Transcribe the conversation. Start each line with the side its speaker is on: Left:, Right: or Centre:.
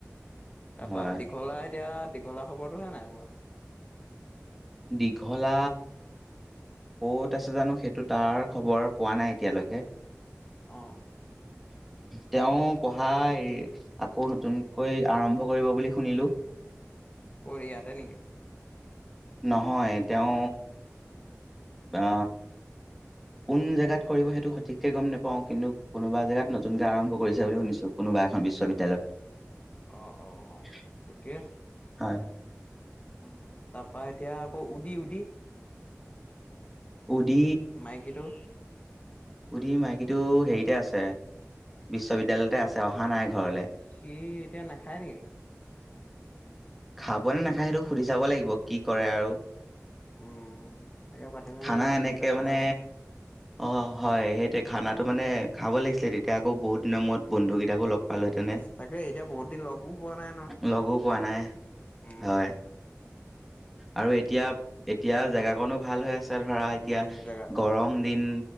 Left: তাপা
Centre: হয়।
Left: দীঘলা এতিয়া, দীঘলা খবৰটোহে নাই। পোৱা
Centre: দীঘল লা, ক'ত আছে জানো সেইটো তাৰ খবৰ পোৱা নাই এতিয়ালৈকে।
Left: অ
Centre: তেওঁ পঢ়া এ এই আকৌ নতুনকৈ আৰম্ভ কৰিব বুলি শুনিলোঁ।
Left: কৰ ইয়াতে নেকি?
Centre: নহয়, তেওঁ আ কোন জেগাত কৰিব সেইটো সঠিককে গম নাপাও, কিন্তু কোনোবা জেগাত নতুনকে আৰম ভ কৰিছে বুলি শুনিছোঁ কোনোবা এখন বিশ্ববিদ্যালয়ত।
Left: অ অ অ ঠিকে আছে
Centre: হয়।
Left: উম, তাৰ পা এতিয়া আকৌ উদি উদি
Centre: উদী
Left: মাইকীটো
Centre: উদীৰ মাইকীটো হেৰিতে আছে, বিশ্ববিদ্যালয়তে আছে অহা নাই। ঘৰলে
Left: সি এতিয়া নাখায় নেকি?
Centre: খাব নে নাখায় সেইটো সুধি ছাব লাগিব কি কৰে আৰু।
Left: উম তাকে পাতি মেলি
Centre: খানা
Left: লওঁ যোনকেইটা
Centre: এনেকে মানে
Left: খাই আৰু
Centre: অ' হয় সেইটোৱে খানাটো
Left: উম
Centre: মানে খাব লাগিছিলে তেতিয়া আকৌ বহুত দিনৰ মূৰত বন্ধুকেইটাকো লগ পালোহেঁতেনে,
Left: তাকে এতিয়া বহুত দিন লগো পোৱা নাই নহয়
Centre: লগো পোৱা নাই।
Left: উম
Centre: হয় আৰু এতিয়া - এতিয়া জাগা কনো ভাল হৈ আছে ধৰা এতিয়া
Left: উম জেগা
Centre: গৰম দিন,